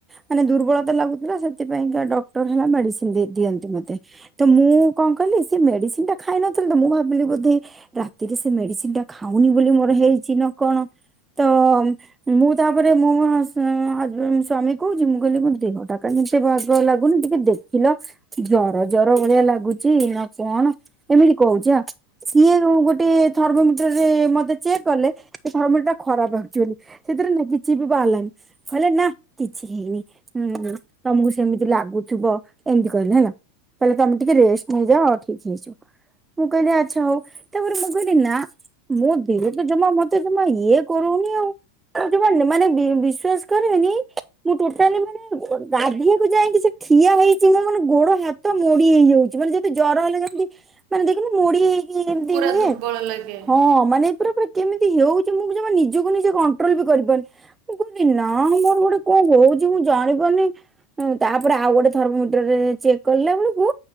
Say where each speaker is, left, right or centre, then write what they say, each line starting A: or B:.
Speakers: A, on the right; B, on the right.
A: ମାନେ ଦୁର୍ବଳତା ଲାଗୁଥିଲା। ସେଥିପାଇଁ କା ଡକ୍ଟର ହେଲା ମେଡିସିନ୍ ଦେଇ ଦିଅନ୍ତି ମୋତେ। ତ ମୁଁ କଣ କହିଲି? ସେ ମେଡିସିନ୍ ଟା ଖାଇ ନଥିଲ ତ ମୁଁ ଭାବିଲି ବୋଧେ ରାତିରେ ସେ ମେଡିସିନ୍ ଟା ଖାଉନି ବୋଲି ମୋର ହେଇଛି ନା କଣ! ତ, ମୁଁ ତା'ପରେ ମୁଁ ହସ୍ ଅଁ ହଜ୍ବେ ସ୍ଵାମୀ କୁ କହୁଛି, ମୁଁ କହିଲି କ ଦେହ ଟା କାଇଁ ବାଗ ଲାଗୁନି, ଟିକେ ଦେଖିଲ। ଜର ଜର ଭଳିଆ ଲାଗୁଛି ନା, କଣ? ଏମିତି କହୁଛ। ସିଏ ଗୋଟେ ଥର୍ମୋମିଟରରେ ମତେ ଚେକ୍ କଲେ ଥର୍ମୋମିଟର ଟା ଖରାପ ଆକ୍ଚୁଏଲୀ। ସେଥିରେ ନା କିଛି ବି ବାହାରିଲାନି କହିଲେ ନା କିଛି ହେଇନି। ହୁଁ ତମକୁ ସେମିତି ଲାଗୁଥିବ ଏମିତି କହିଲେ ହେଲା। ତାହଲେ ତମେ ଟିକେ ରେଷ୍ଟ୍ ନେଇଯାଅ ଆଉ ଠିକ୍ ହେଇଯିବ। ମୁଁ କହିଲି ଆଚ୍ଛା ହଉ ତାପରେ ମୁଁ କହିଲି ନା ମୁଁ ଦେହ ତ ଜମା ମତେ ଜମା ଇଏ କରୁନି ଆଉ ଜମା ମାନେ ମାନେ ବିସ ଶ୍ୱାସ କରିବେନି ମୁଁ ଟୋଟାଲୀ ମୁଁ ଗାଧିଆକୁ ଯାଇକି ସେ ଠିଆ ହେଇଛି ମୁଁ ମାନେ ଗୋଡ ହାତ ମୋଡି ହେଇଯାଉଛି ମାନେ ଯର ହେଲେ ଯେମିତି ମାନେ ଦେଖିଲି ମୁଡି଼ ହେଇକି ଏମତି
B: ପୁରା
A: ଭଳିଆ
B: ଦୁର୍ବଳ ଲାଗେ
A: ହଁ ମାନେ ପୁରା ପୁରି କେମିତି ହଉଛି ମୁଁ ନିଜକୁ ନିଜେ କଣ୍ଟ୍ରୋଲ ବି କରିପାରୁନି। ମୁଁ ନା ମୋର ଗୋଟେ କଣ ହଉଛି ମୁଁ ଜାଣି ପାରୁନି ହୁଁ ତାପରେ ଆଉ ଗୋଟେ ଥର୍ମୋମିଟରରେ ଚେକ୍ କଲା ବେଳକୁୁ